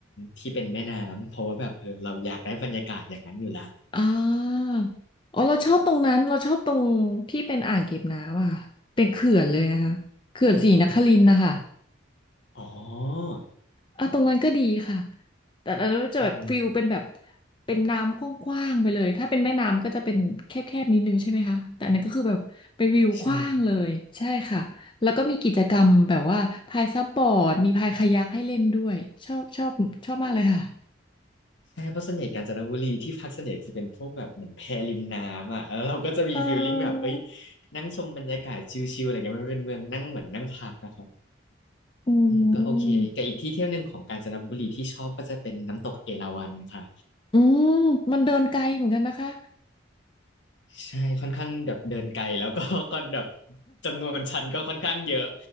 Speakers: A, on the left (about 65°); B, on the left (about 25°).
A: ที่เป็นแม่น้ำเพราะว่าแบบเออเราอยากได้บรรยากาศอย่างนั้นอยู่ละ
B: อ่าอ๋อเราชอบตรงนั้น เราชอบตรงที่เป็นอ่างเก็บน้ำอะค่ะเป็นเขื่อนเลยนะคะเขื่อนศรีนครินทร์นะคะ
A: อ๋อ
B: อ่ะตรงนั้นก็ดีค่ะแต่อันนั้นจะแบบฟิลเป็นแบบ
A: จริง
B: เป็นน้ำกว้างๆไปเลยถ้าเป็นแม่น้ำก็จะเป็นแคบๆนิดนึงใช่ไหมคะแต่อันนั้นก็คือแบบเป็นวิวกว้างเลยใช่ค่ะแล้วก็มีกิจกรรมแบบว่าพายซับบอร์ดมีพายคายักให้เล่นด้วยชอบชอบชอบมากเลยค่ะ
A: ใช่ใช่เพราะส่วนใหญ่กาญจนบุรีที่พักส่วนใหญ่จะเป็นพวกแบบเหมือนแพริมน้ำอ่ะแล้วเราก็จะมีฟีลลิ่งแบบเอ้ย
B: เออ
A: นั่งชมบรรยากาศชิลๆอะไรเงี้ยมันเป็นเมืองนั่งเหมือนนั่งพักอะครับ
B: อื
A: อืมก็โอเคกับอีกที่เที่ยวหนึ่งของกาญจนบุรีที่ชอบก็จะเป็นน้ำตกเอราวัณค่ะ
B: มอืมมันเดินไกลเหมือนกันนะคะ
A: ใช่ค่อนข้างแบบเดินไกลแล้วก็ <laughs> ก็แบบจำนวนชั้นก็ค่อนข้างเยอะ